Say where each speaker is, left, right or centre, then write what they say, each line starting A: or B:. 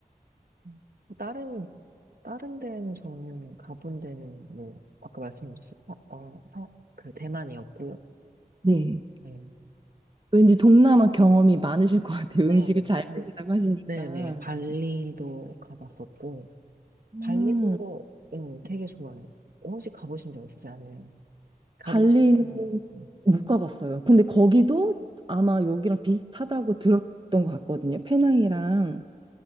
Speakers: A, on the right; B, on the right.
A: 음. 다른, 다른 데는 저는 가본 데는 뭐, 아까 말씀드렸듯이, 어, 어, 펴- 그 대만이었고,
B: 네.
A: 네.
B: 왠지 동남아 경험이 많으실 것 같아요.
A: 네,
B: 음식을
A: 네.
B: 잘
A: 어,
B: 드신다고 하시니까.
A: 네네. 발리도 가봤었고,
B: 음,
A: 발리도, 응, 되게 좋아해요. 혹시 가보신 적 있으세요? 가보고
B: 발리는
A: 싶은. 음,
B: 못 가봤어요. 근데 거기도 아마 여기랑 비슷하다고 들었던 것 같거든요. 페낭이랑.